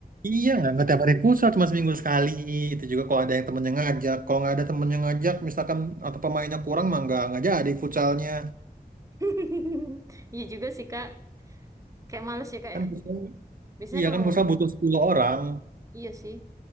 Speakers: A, on the right (about 60°); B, on the right (about 20°).
A: Iya, nggak nggak tiap hari futsal, cuma seminggu sekali. Itu juga kalau ada yang temen yang ngajak. Kalau nggak ada temen yang ngajak, misalkan atau pemainnya kurang, mah nggak nggak jadi futsalnya.
B: <laughs> Iya juga sih kak. Kayak males ya kak
A: Kan
B: ya.
A: futsal,
B: Biasanya
A: iya
B: kalau
A: kan futsal butuh sepuluh orang.
B: iya sih.